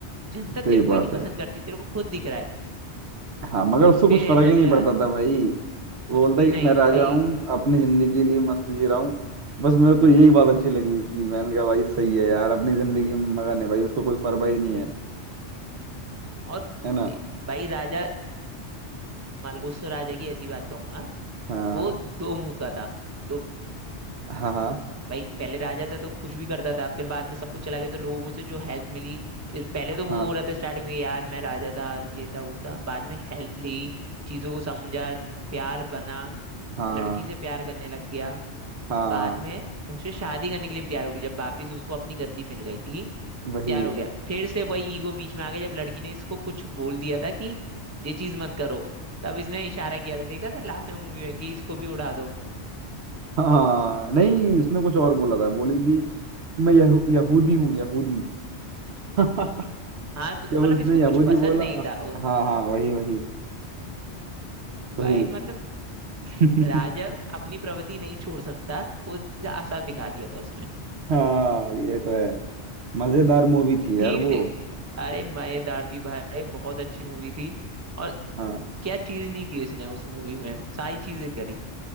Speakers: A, on the right (about 15°); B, on the right (about 70°).
A: जनता तेरे
B: सही
A: को
B: बात
A: ही नहीं पसंद
B: है
A: करती तेरे को खुद दिख रहा है
B: हाँ मगर उसको
A: फिर
B: कुछ फर्क
A: ऐसा
B: ही
A: हो
B: नहीं
A: जा
B: पड़ता था भाई
A: कुछ
B: वो बोलता
A: भी
B: है
A: नहीं
B: कि मैं राजा
A: भाई
B: हूँ अपनी जिंदगी के लिए मस्त जी रहा हूँ बस मेरे को यही बात अच्छी लगी उसकी मैंने कहा भाई सही है यार अपनी जिंदगी में मगन है भाई उसको कोई परवाह ही नहीं है
A: और
B: है ना
A: ए- भाई राजा मतलब उस राजा की ऐसी बात कहूंगा
B: हाँ
A: वो दो मुंह का था दो
B: हाँ हाँ
A: भाई पहले राजा था तो कुछ भी करता था फिर बाद में सब कुछ चला गया तो लोगों से जो हेल्प मिली इस- पहले तो वो
B: हाँ
A: हो रहा था स्टार्टिंग में यार मैं राजा था ये था वो था बाद में हेल्प ली चीजों को समझा प्यार बना
B: हाँ
A: लड़की से प्यार करने लग गया
B: हाँ
A: बाद में उससे शादी करने के लिए भी तैयार हो गई जब वापिस उसको अपनी गद्दी मिल गई थी
B: वही
A: तैयार हो गया फिर से वही ईगो बीच में आ गया जब लड़की ने इसको कुछ बोल दिया था कि ये चीज मत करो तब इसने इशारा किया था देखा था लास्ट में मूवी में कि इसको भी उड़ा दो
B: हाँ नहीं उसने कुछ और बोला था बोली थी कि मैं यहू, यहूदी हूँ यहूदी <laughs>
A: हाँ तो मतलब
B: जब उसने
A: इसको कुछ
B: यहूदी
A: पसंद
B: बोला
A: नहीं था उस-
B: हाँ हाँ वही वही वही
A: भाई मतलब
B: <laughs>
A: राजा अपनी प्रवृत्ति नहीं छोड़ सकता वो साफ दिखा दिया था उसमें
B: हाँ ये तो है मजेदार मूवी थी यार
A: थी
B: वो
A: दे- अरे मजेदार थी भाई बहुत अच्छी मूवी थी और
B: हाँ
A: क्या चीज नहीं की इसने उस मूवी में सारी चीजें करी